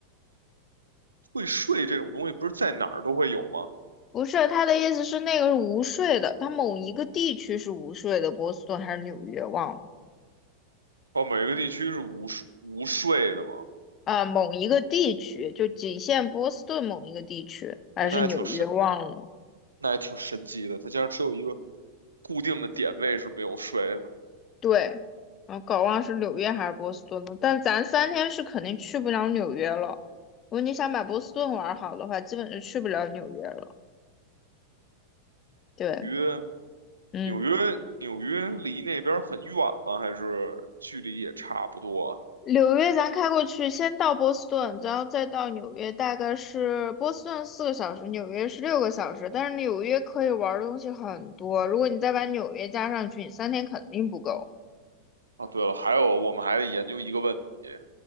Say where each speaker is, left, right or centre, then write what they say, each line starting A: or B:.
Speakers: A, on the right; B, on the left.
A: 退税这种东西，不是在哪儿都会有吗？
B: 不是，他的意思是那个是无税的，他某一个地区是无税的，波士顿还是纽约忘了。
A: 哦，每个地区是无税无税的吗？
B: 啊，某一个地区就仅限波士顿某一个地区，还是纽约忘了。
A: 哦那还挺神那也挺神奇的。它竟然只有一个固定的点位是没有睡的。
B: 对，啊搞忘是纽约还是波士顿了。但咱三天是肯定去不了纽约了。如果你想把波士顿玩好的话，基本就去不了纽约了。对。
A: 约
B: 嗯
A: 纽约，纽约离那边很远吗？还是距离也差不多啊？
B: 纽约咱开过去，先到波士顿，然后再到纽约，大概是波士顿四个小时，纽约是六个小时。但是纽约可以玩儿的东西很多，如果你再把纽约加上去，你三天肯定不够。
A: 啊对了，还有我们还得研究一个问题，